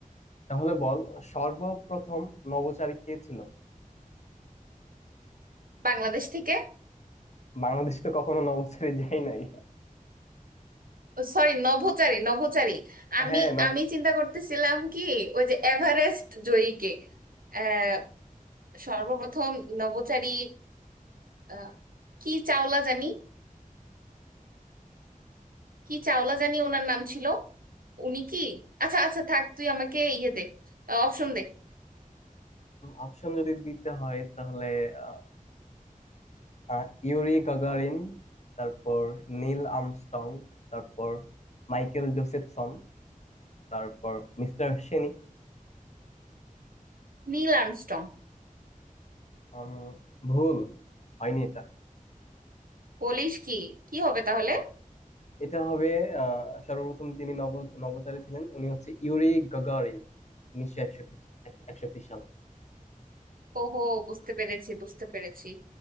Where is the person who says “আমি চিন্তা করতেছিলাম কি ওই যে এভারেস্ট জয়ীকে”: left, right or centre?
Right